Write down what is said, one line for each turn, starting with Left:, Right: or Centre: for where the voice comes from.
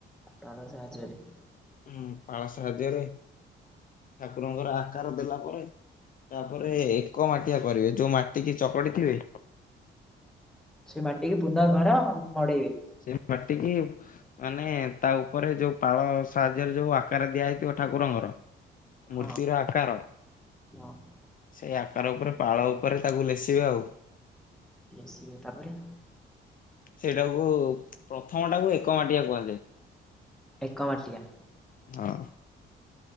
Centre: ପାଳ ସାହାଯ୍ୟରେ।
Left: ହଁ ପାଳ ସାହର୍ଯ୍ୟରେ ଠାକୁରଙ୍କର ଆକାର ଦେଲା ପରେ ତାପରେ ଏକ ମାଟିଆ କରିବେ। ଯୋଉ ମାଟିକି ଚକଡି ଥିବେ
Centre: ସେଇ ମାଟିିକି ପୁନର୍ବାର ମଡେଇବେ।
Left: ସେ ମାଟିକି ମାନେ ତା ଉପରେ ଯୋଉ ପାଳ ସାହାଯ୍ୟରେ ଯୋଉ ଆକାର ଦିଆହେଇଥିବ ଠାକୁରଙ୍କର
Centre: ହଁ
Left: ମୂର୍ତ୍ତିର ଆକାର
Centre: ହଁ
Left: ସେଇ ଆକାର ଉପରେ ପାଳ ଉପରେ ତାକୁ ଲେସିବେ ଆଉ।
Centre: ଲେଶିବେ ତାପରେ?
Left: ସେଇଟାକୁ ପ୍ରଥମ ଟାକୁ ଏକ ମାଟିଆ କୁହାଯାଏ।
Centre: ଏକ ମାଟିଆ।
Left: ହଁ।